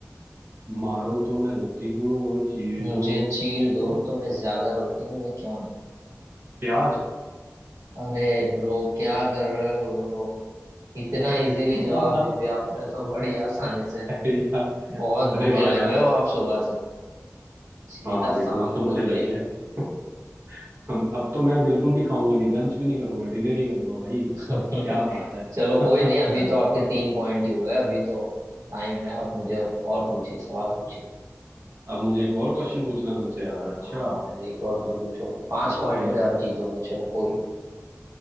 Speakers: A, on the right (about 45°); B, on the right (about 85°).
A: मारो तो मैं रोती हूँ और चीर
B: मुझे
A: दो
B: चीर दो
A: तो
B: तो मैं ज्यादा रोती हूँ मैं क्या हूँ
A: प्याज
B: अरे ब्रो क्या कर रहे हो ब्रो इतना इजीली
A: <laughs>
B: जवाब दे दिया आपने तो बड़ी आसानी
A: यार
B: से बहुत
A: अरे
B: भूखे
A: वाह
B: लग
A: यार
B: रहे हो आप सुबह से सीधा
A: हाँ हाँ भाई
B: शाम
A: भूख तो
B: को
A: मुझे
B: ही मिलेंगे
A: लगी है <laughs> हम अब तो मैं बिल्कुल भी खाऊंगा नहीं लंच भी नहीं करूंगा डिनर ही करूंगा भाई
B: <laughs>
A: क्या बात है
B: चलो
A: <laughs>
B: कोई नहीं अभी तो आपके तीन पॉइंट ही हुए अभी तो टाइम है आप मुझे और पूछिए सवाल पूछिए
A: अब मुझे एक और क्वेश्चन पूछना तुमसे यार अच्छा
B: हाँ एक और तो पूछो पांच
A: मतलब
B: पॉइंट पे आप जीतोगे चलो कोई नहीं